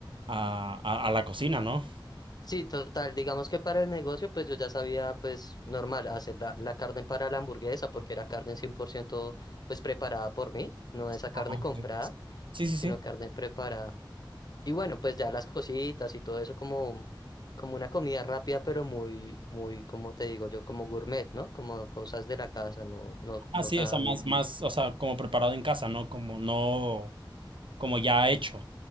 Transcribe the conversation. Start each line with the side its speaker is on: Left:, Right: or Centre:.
Right: a, a- a la cocina, ¿no?
Left: Sí, total, digamos que para el negocio, pues yo ya sabía, pues normal, hacer la, la carne para la hamburguesa, porque era carne 100% pues preparada por mí, no esa carne
Right: Ajá, ok,
Left: comprada,
Right: ok, sí. Sí, sí,
Left: sino
Right: sí.
Left: carne preparada. Y bueno, pues ya las cositas y todo eso como, como una comida rápida, pero muy, muy, como te digo yo, como gourmet, ¿no? Como cosas de la casa, no, no,
Right: Ah,
Left: no
Right: sí,
Left: tan,
Right: o sea, más, más, o sea, como preparado en casa, ¿no? Como no, como ya hecho.